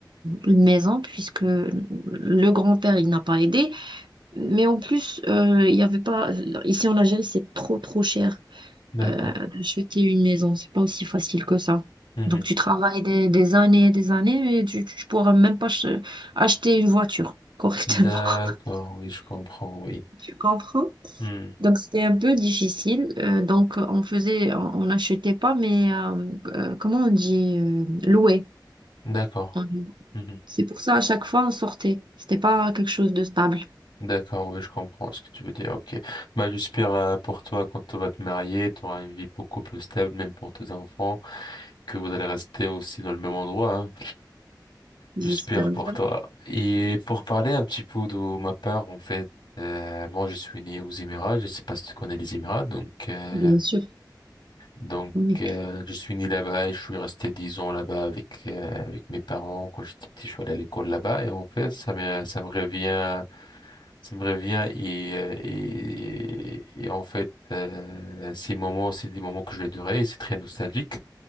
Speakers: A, on the right; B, on the left.
A: une maison puisque le grand-père, il n'a pas aidé. Mais en plus, euh, il y avait pas... Ici en Algérie, c'est trop, trop cher
B: d'accord,
A: euh, d'acheter une maison. C'est pas aussi facile que ça.
B: mhm.
A: Donc, tu travailles des, des années et des années, mais tu, tu pourras même pas ch- acheter une voiture correctement.
B: D'accord,
A: <laughs>
B: oui, je comprends, oui.
A: Tu comprends?
B: Hmm,
A: Donc, c'était un peu difficile. Euh, donc, on faisait, on on n'achetait pas, mais euh, euh, comment on dit, euh, louer.
B: D'accord,
A: On-
B: mhm.
A: C'est pour ça, à chaque fois, on sortait. C'était pas quelque chose de stable.
B: D'accord, oui, je comprends ce que tu veux dire, ok. Bah, j'espère euh, pour toi, quand tu vas te marier, tu auras une vie beaucoup plus stable, même pour tes enfants. que vous allez rester aussi dans le même endroit, hein.
A: J'espère
B: J'espère pour
A: bien.
B: toi. Et pour parler un petit peu de ma part, en fait, euh, moi je suis né aux Émirats, je sais pas si tu connais les Émirats, donc euh,
A: Bien sûr,
B: donc
A: on est.
B: euh, je suis né là-bas et je suis resté 10 ans là-bas avec euh, avec mes parents. Quand j'étais petit, je suis allé à l'école là-bas et en fait ça me ça me revient ça me revient et euh, et, et en fait euh, ces moments c'est des moments que je vais adorer et c'est très nostalgique.